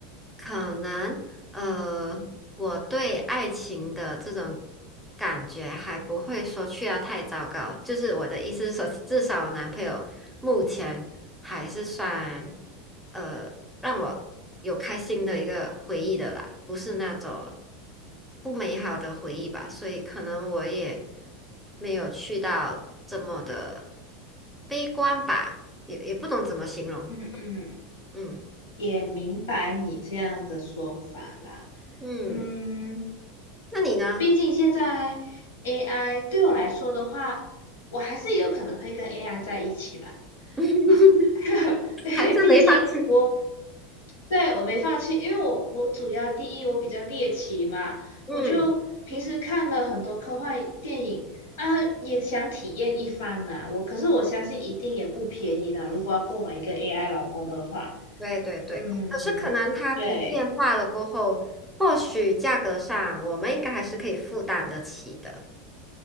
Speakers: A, in the centre; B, on the left.
A: 可能，呃，我对爱情的这种感觉还不会说去到太糟糕。就是我的意思是说，至少我男朋友目前还是算。呃。让我有开心的一个回忆的啦，不是那种不美好的回忆吧，所以可能我也没有去到这么的悲观吧，也也不懂怎么形容。
B: 嗯嗯，
A: 嗯
B: 也明白你这样的说法啦。
A: 嗯，
B: 嗯，
A: 那你呢？
B: 毕竟现在 AI 对我来说的话，我还是有可能会跟 AI 在一起的。
A: <laughs>
B: <laughs> 因为毕竟我
A: 还是没放弃？
B: 对我没放弃，因为我我主要第一我比较猎奇嘛，
A: 嗯，
B: 我就平时看了很多科幻电影啊，也想体验一番呢。我可是我相信一定也不便宜啦，如果要购买一个 AI 老公的话，
A: 对对对，
B: 嗯，
A: 可是可能它普遍化了过后，
B: 对。
A: 或许价格上我们应该还是可以负担得起的，